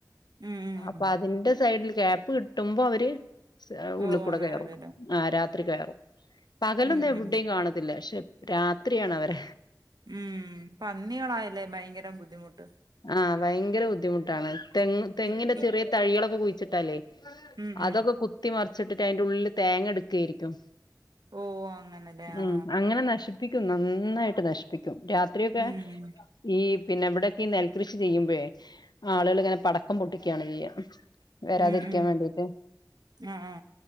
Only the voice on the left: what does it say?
അപ്പൊ
അതിന്റെ സൈഡില് ഗ്യാപ്പ് കിട്ടുമ്പോ അവര് ഉള്ളിൽ
കൂടെ
കയറും
ആ രാത് ത്രി കയറും പകലൊന്നും
എവിടെയും
കാണത്തില്ല പക്ഷെ രാത്രിയാണ് വെര
ആ ഭയങ്കര ബുദ്ധിമുട്ടാണ് തങ് തെങ്ങിന്റെ
ചെറിയ തഴികളൊക്കെ കു <unintelligible> തലേ
അതൊക്കെ
കുത്തി മർ ച്ചിട്ട് അയിന്റെ ഉള്ളിൽ തേങ്ങ എടുക്കേരിക്കും
ഉം അങ്ങനെ നശിപ്പിക്കും നന്നായിട്ട് നശിപ്പിക്കും രാത്രിയൊക്കെ
ഈ പിന്നെ ഇവിടൊക്കെ നെൽകൃഷി ചെയ്യുമ്പോഴേ ആളുകള് പടക്കം പൊട്ടിക്കയാണ് ചെയ്യുക വെരാതിരിക്കാൻ
വേണ്ടിട്ട്